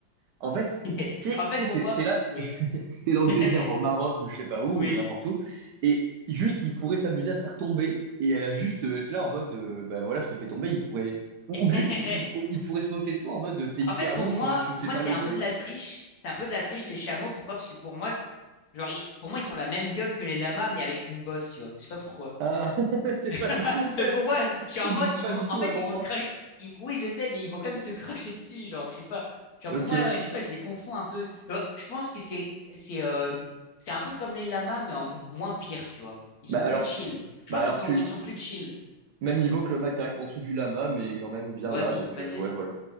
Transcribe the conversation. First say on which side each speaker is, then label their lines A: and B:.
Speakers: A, on the right; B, on the left.
A: En fait,
B: <laughs>
A: tu sais,
B: En fait
A: tu sais,
B: pour
A: t'es,
B: moi,
A: t'es là,
B: oui.
A: <laughs> t'es dans le
B: <laughs>
A: désert au Maroc ou je sais pas où,
B: Oui.
A: euh, n'importe où, et juste ils pourraient s'amuser à te faire tomber et à juste euh, être là en mode, euh, bah voilà, je t'ai fait tomber. Ils pourraient ou,
B: <laughs>
A: ou juste ils, ils pour- ils pourraient se moquer de toi en mode, euh, t'es hyper
B: En fait, pour
A: lourd,
B: moi,
A: euh, tu me
B: pour
A: fais
B: moi,
A: mal
B: c'est
A: au
B: un
A: dos.
B: peu de la triche. C'est un peu de la triche, les chameaux. Pourquoi? Parce que pour moi, Genre, ils- pour moi, ils ont la même gueule que les lamas, mais avec une bosse, tu vois. Je sais pas pourquoi.
A: Ah, <laughs> c'est pas
B: <laughs>
A: du tout le même.
B: Donc pour moi, je suis en
A: Ils
B: mode,
A: vivent
B: ils
A: pas
B: vont,
A: du tout
B: en
A: au
B: fait,
A: même
B: ils
A: endroit.
B: vont te cracher. ils- Oui, je sais, mais ils vont quand même te cracher dessus. Genre, je sais pas. Genre
A: Ok.
B: pour moi, je sais pas, je les confonds un peu. Donc, je pense que c'est, c'est, euh, c'est un peu comme les lamas, mais en mo- moins pire, tu vois. Ils
A: Bah
B: sont
A: alors,
B: plus chill. Je
A: bah
B: pense
A: alors
B: qu'ils sont,
A: tu
B: ils sont plus chill.
A: même niveau que le macaque, en dessous du lama, mais quand même bien
B: Vas-y,
A: là. Donc
B: vas-y,
A: euh, ouais,
B: vas-y.
A: voilà.